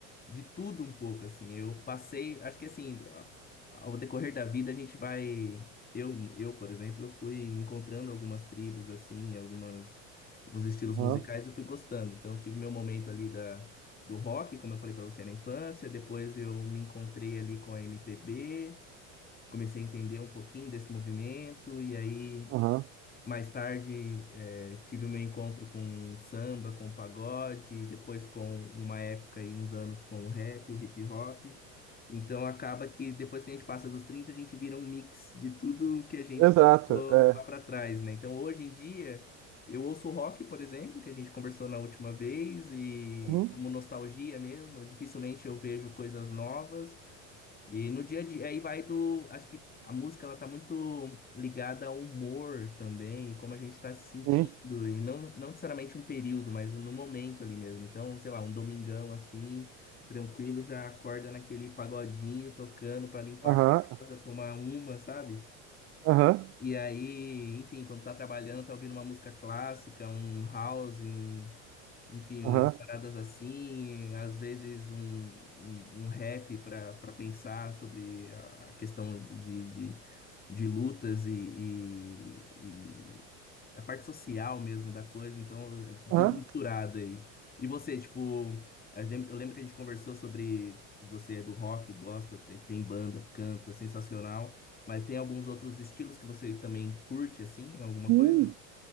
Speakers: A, on the left; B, on the right.
A: de tudo um pouco, assim. Eu passei. Acho que assim, a- ao decorrer da vida a gente vai. Eu, eu, por exemplo, eu fui encontrando algumas tribos, assim, algumas, alguns estilos
B: Aham,
A: musicais e fui gostando. Então eu tive meu momento ali da, do rock, como eu falei pra você na infância. Depois eu me encontrei ali com a MPB, comecei a entender um pouquinho desse movimento, e aí.
B: aham.
A: Mais tarde, eh, tive o meu encontro com samba, com pagode, depois com uma época e uns anos com o rap, o hip hop. Então acaba que depois que a gente passa dos 30 a gente vira um mix de tudo que a gente
B: Exato,
A: passou
B: é.
A: lá pra trás, né? Então hoje em dia, eu ouço rock, por exemplo, que a gente conversou na última vez, e
B: Uhum,
A: como nostalgia mesmo, dificilmente eu vejo coisas novas. E no dia a dia, aí vai do. Acho que a música ela tá muito ligada ao humor também, como a gente tá se sentindo,
B: sim.
A: e não, não necessariamente um período, mas no momento ali mesmo. Então, sei lá, um domingão assim, tranquilo, já acorda naquele pagodinho tocando pra limpar
B: Aham,
A: a casa, tomar uma, sabe?
B: aham,
A: E aí, enfim, quando tá trabalhando, tá ouvindo uma música clássica, um house, um. Enfim,
B: aham,
A: umas paradas assim, às vezes um, um, um rap para para pensar sobre a, a questão de, de, de de lutas e, e, e a parte social mesmo da coisa, então é
B: aham.
A: tudo misturado aí. E você, tipo, a gente- eu lembro que a gente conversou sobre você é do rock, gosta, tem, tem banda, canta, sensacional, mas tem alguns outros estilos que você também curte, assim, alguma
B: Sim.
A: coisa?